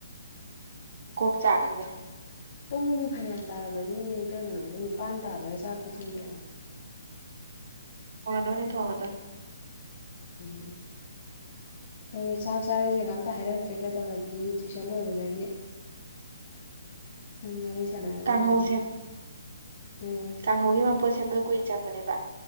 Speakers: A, on the right; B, on the left.
A: ꯀꯣꯛ ꯆꯥꯛꯅꯕꯅꯦ
B: ꯄꯨꯡꯗꯤ ꯐꯅꯌꯥꯝ ꯇꯥꯔꯝꯃꯅꯤꯅꯦ ꯏꯕꯦꯝ ꯅꯪꯕꯨ ꯅꯤꯄꯥꯟ ꯇꯥꯗꯣꯔꯦ ꯆꯥꯛꯇꯣ ꯊꯣꯡꯗꯣꯛꯑꯣ
A: ꯊꯣꯡꯉꯗꯧꯅꯦ ꯊꯣꯡꯉꯒꯗꯣꯏꯅꯤ
B: ꯎꯝ ꯍꯣꯏ ꯆꯥꯛ ꯆꯥꯔꯁꯦꯒ ꯑꯝꯇ ꯍꯥꯏꯔꯛꯇ꯭ꯔꯦ ꯀꯩꯗꯧꯔꯦ ꯇꯨꯋꯏꯁꯟ ꯂꯣꯏꯕꯗꯒꯤ ꯑꯉꯔꯤ ꯆꯔ
A: ꯀꯥꯡꯍꯧ
B: ꯂꯕꯗ ꯎꯝ
A: ꯑꯒꯤ ꯃꯄꯣꯠ ꯁꯦꯝꯕꯗꯣ ꯀꯨꯏꯅ ꯆꯪꯕꯅꯦꯕ